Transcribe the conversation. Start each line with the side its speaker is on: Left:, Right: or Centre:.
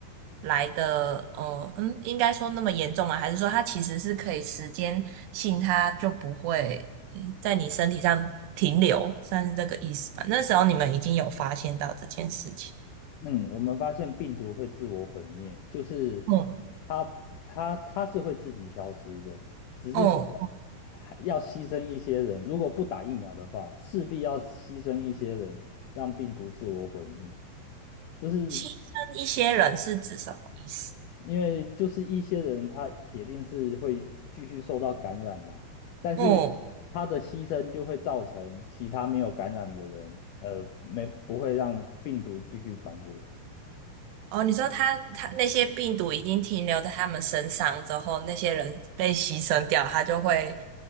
Right: 来的，呃，嗯，应该说那么严重吗？还是说它其实是可以时间性，它就不会嗯在你身体上停留，算是这个意思吧？那时候你们已经有发现到这件事情，
Left: 嗯，我们发现病毒会自我毁灭，就是
Right: 嗯
Left: 它它它是会自己消失的，只是说
Right: 嗯，
Left: 还要牺牲一些人，如果不打疫苗的话，势必要牺牲一些人，让病毒自我毁灭。就是
Right: 牺牲一些人是指什么意思？
Left: 因为就是一些人他铁定是会继续受到感染啦、但是他的牺牲就会造成其他没有感染的人，
Right: 嗯
Left: 呃，没不会让病毒继续传播。
Right: 哦，你说他他那些病毒已经停留在他们身上之后，那些人被牺牲掉，他就会，